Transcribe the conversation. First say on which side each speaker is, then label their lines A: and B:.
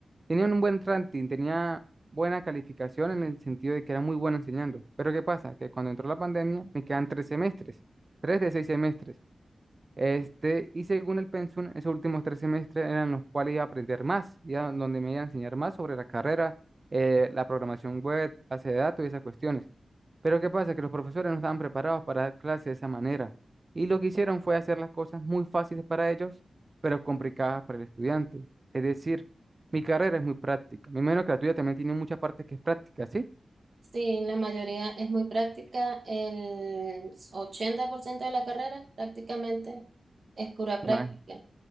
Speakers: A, on the right (about 35°); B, on the right (about 60°).
A: tenía un buen ranking, tenía buena calificación en el sentido de que era muy bueno enseñando. Pero ¿qué pasa? Que cuando entró la pandemia me quedan tres semestres, tres de seis semestres. Este, y según el pensum, esos últimos tres semestres eran los cuales iba a aprender más, y a donde me iba a enseñar más sobre la carrera, eh, la programación web, base de datos y esas cuestiones. Pero ¿qué pasa? Que los profesores no estaban preparados para dar clases de esa manera. Y lo que hicieron fue hacer las cosas muy fáciles para ellos, pero complicadas para el estudiante. Es decir, mi carrera es muy práctica. Me imagino que la tuya también tiene mucha parte que es práctica, ¿sí?
B: Sí, la mayoría es muy práctica, el 80% de la carrera prácticamente es pura práctica.
A: Ima-